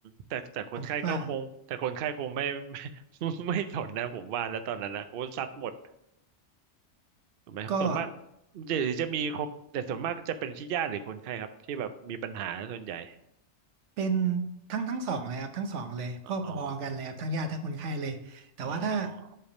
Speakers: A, on the right; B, on the right.
A: แต่แต่คนไข้ก็คงแต่คนไข้คงไม่
B: ผมคิดว่า
A: <laughs> ไม่ไม่สนนะผมว่าแล้วตอนนั้นนะเขาซัดหมด ถูกไหมส่วนมาก
B: ก็
A: จะหรือจะมีคนแต่ส่วนมากก็จะเป็นที่ญาติหรือคนไข้ครับที่แบบมีปัญหาส่วนใหญ่
B: เป็นทั้งทั้งสองเลยครับทั้งสองเลยพ่อพอๆกันเลยครับทั้งญาติทั้งคนไข้เลยแต่ว่าถ้า
A: อ๋ออ๋ออ